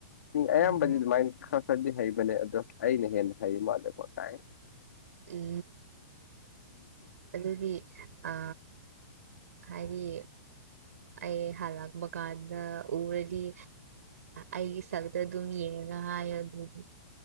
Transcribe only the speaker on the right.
ꯎꯝ ꯑꯣ
ꯎ ꯑꯗꯨꯗꯤ ꯑ ꯍꯥꯏꯔꯤ ꯑꯩ ꯍꯂꯛꯄ ꯀꯥꯟꯗ ꯎꯔꯗꯤ ꯑꯩ ꯁꯛꯇ ꯑꯗꯨꯝ ꯌꯦꯡꯉ ꯍꯥꯏ ꯌꯗ꯭ꯔꯗꯤ